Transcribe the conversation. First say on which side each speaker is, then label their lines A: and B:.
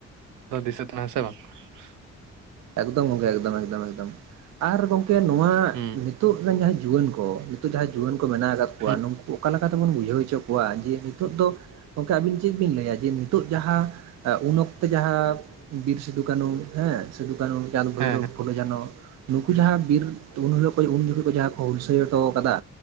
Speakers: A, on the right; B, on the right.
A: ᱫᱤᱥᱟᱹᱜ ᱛᱟᱦᱮᱱᱟ ᱦᱮᱸ ᱥᱮ ᱵᱟᱝ <inaudible>
B: ᱮᱠᱫᱚᱢ ᱜᱚᱝᱠᱮ ᱮᱠᱫᱚᱢ ᱮᱠᱫᱚᱢ ᱮᱠᱫᱚᱢ ᱟᱨ ᱜᱚᱝᱠᱮ ᱱᱚᱣᱟ
A: ᱦᱩᱸ
B: ᱱᱤᱛᱚᱜ ᱨᱮᱱ ᱡᱟᱦᱟᱸ ᱡᱩᱣᱟᱹᱱ ᱠᱚ ᱱᱤᱛᱚᱜ ᱡᱟᱦᱟᱸᱭ ᱡᱩᱣᱟᱹᱱ ᱠᱚ ᱢᱮᱱᱟᱜ ᱟᱠᱟᱫ ᱠᱚᱣᱟ
A: ᱦᱩᱸ
B: ᱱᱩᱠᱩ ᱚᱠᱟ ᱞᱮᱠᱟ ᱛᱮᱵᱚᱱ ᱵᱩᱡᱷᱟᱹᱣ ᱦᱚᱪᱚ ᱠᱚᱣᱟ ᱡᱮ ᱱᱤᱛᱚᱜ ᱫᱚ ᱜᱚᱝᱠᱮ ᱟᱹᱵᱤᱱ ᱪᱮᱫ ᱵᱤᱱ ᱞᱟᱹᱭᱟ ᱡᱮ ᱱᱤᱛᱚᱜ ᱡᱟᱦᱟᱸ ᱩᱱ ᱚᱠᱛᱮ ᱡᱟᱦᱟᱸ ᱵᱤᱨ ᱥᱤᱫᱩ ᱠᱟᱹᱱᱩ ᱦᱮᱸ ᱥᱤᱫᱩᱼ ᱠᱟᱹᱱᱩ ᱪᱟᱸᱫᱽ ᱵᱷᱳᱭᱨᱚᱵ
A: ᱦᱮᱸ ᱦᱮᱸ
B: ᱵᱷᱩᱞᱚ ᱡᱷᱟᱱᱚ ᱱᱩᱠᱩ ᱡᱟᱦᱟᱸ ᱵᱤᱨ ᱩᱱ ᱦᱤᱞᱳᱜ ᱩᱱ ᱡᱚᱠᱷᱚᱡ ᱡᱟᱦᱟᱸ ᱠᱚ ᱦᱩᱞᱥᱟᱹᱭ ᱦᱚᱴᱚ ᱠᱟᱫᱟ,